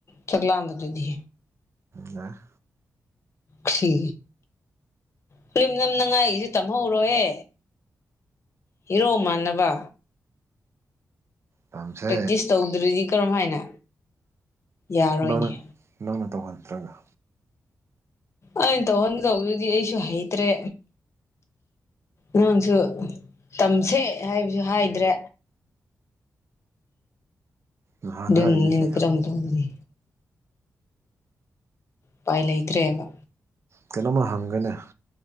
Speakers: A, on the left (about 50°); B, on the right (about 45°).
A: ꯆꯥꯛꯂꯥꯝꯕꯗꯨꯗꯤ
B: ꯑ
A: ꯈ꯭ꯔꯤ ꯐꯂꯤꯝ ꯅꯝꯅꯉꯥꯏ ꯑꯩꯁꯨ ꯇꯝꯍꯧꯔꯣꯍꯦ ꯍꯤꯔꯣ ꯃꯥꯟꯅꯕ
B: ꯇꯝꯁꯦ
A: ꯄ꯭ꯔꯦꯛꯇꯤꯁ ꯇꯧꯗ꯭ꯔꯗꯤ ꯀꯔꯝ ꯍꯥꯏꯅ ꯌꯥꯔꯣꯏꯅꯤ
B: ꯅꯪꯅ ꯅꯪꯅ ꯇꯧꯍꯟꯗ꯭ꯔꯒ
A: ꯑꯩꯅ ꯇꯧꯍꯟ ꯇꯧꯕꯗꯨꯗꯤ ꯑꯩꯁꯨ ꯍꯩꯇ꯭ꯔꯦ ꯅꯪꯁꯨ ꯇꯝꯁꯦ ꯍꯥꯏꯕꯁꯨ ꯍꯥꯏꯗ꯭ꯔꯦ
B: ꯅꯍꯥꯟ
A: ꯗꯨꯅꯅꯤ
B: ꯍꯥꯏꯔꯤꯗꯨꯗꯤ
A: ꯀꯝꯗꯅꯤ ꯎꯄꯥꯏ ꯂꯩꯇ꯭ꯔꯦꯕ
B: ꯀꯩꯅꯣꯝꯃ ꯍꯪꯒꯦꯅꯦ